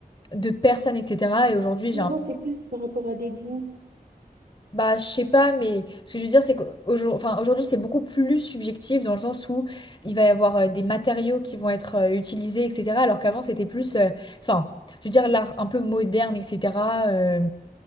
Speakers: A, on the left; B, on the right.
A: de personnes, etc. Et aujourd'hui, j'ai
B: Ou
A: un...
B: Avant c'était plus par rapport à des goûts.
A: Bah, je sais pas, mais ce que je veux dire, c'est qu'aujourd'hui, enfin, aujourd'hui, c'est beaucoup plus subjectif dans le sens où il va y avoir euh, des matériaux qui vont être euh, utilisés, etc. Alors qu'avant, c'était plus... euh, Enfin, je veux dire, l'art un peu moderne, etc. euh,